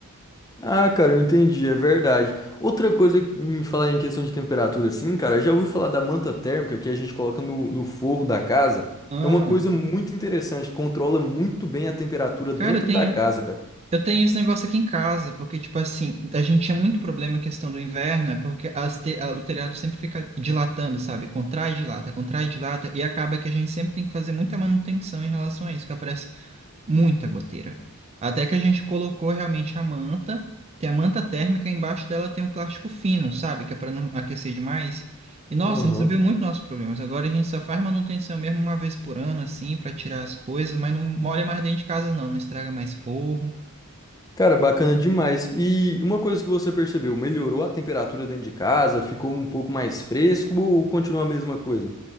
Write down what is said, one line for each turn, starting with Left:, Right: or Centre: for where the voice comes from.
Left: Ah, cara, eu entendi, é verdade. Outra coisa em falar em questão de temperatura, assim, cara, já ouvi falar da manta térmica que a gente coloca no, no forro da casa.
Right: Ah,
Left: É uma coisa muito interessante, controla muito bem a temperatura
Right: cara,
Left: dentro
Right: tem
Left: da casa, cara.
Right: Eu tenho esse negócio aqui em casa, porque, tipo assim, a gente tinha muito problema em questão do inverno, é porque as te- a- o telhado sempre fica dilatando, sabe? Contrai, dilata, contrai, dilata, e acaba que a gente sempre tem que fazer muita manutenção em relação a isso, que aparece muita goteira. Até que a gente colocou realmente a manta, tem a manta térmica, embaixo dela tem um plástico fino, sabe? Que é para não aquecer demais. E, nossa,
Left: Aham.
Right: resolveu muito nossos problemas. Agora a gente só faz manutenção mesmo uma vez por ano, assim, para tirar as coisas, mas não molha mais dentro de casa, não, não estraga mais forro.
Left: Cara, bacana demais. E uma coisa que você percebeu, melhorou a temperatura dentro de casa? Ficou um pouco mais fresco ou continua a mesma coisa?